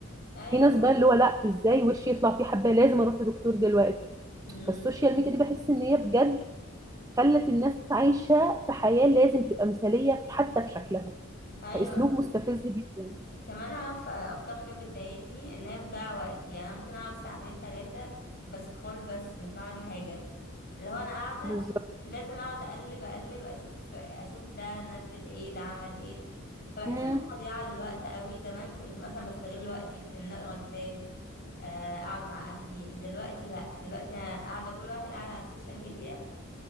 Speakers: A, on the left (about 50°); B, on the right (about 15°).
A: ايوه
B: في ناس
A: بالظبط
B: بقى اللي هو لا ازاي وشي يطلع فيه حباية لازم اروح لدكتور دلوقتي
A: أمم.
B: فالسوشيال ميديا دي بحس ان هي بجد خلت الناس عايشة في حياة لازم تبقى مثالية حتى في شكلها
A: ايوه
B: فأسلوب مستفز جدا
A: كمان عارفه اكتر حاجه بتضايقني ان هي بتضيع وقتي يعني أنا ممكن اقعد ساعتين ثلاثه بسكرول بس مش بعمل حاجه لو انا قاعده
B: بالظبط
A: لازم اقعد اقلب اقلب اشوف اشوف ده نزل ايه ده عمل ايه فبحس
B: مم.
A: ان أنا مضيعه للوقت قوي زمان كنت مثلا بستغل وقتي في ان اقرا كتاب آه، اقعد مع اهلي دلوقتي لا دلوقتي انا قاعده كل واحد قاعد على السوشيال ميديا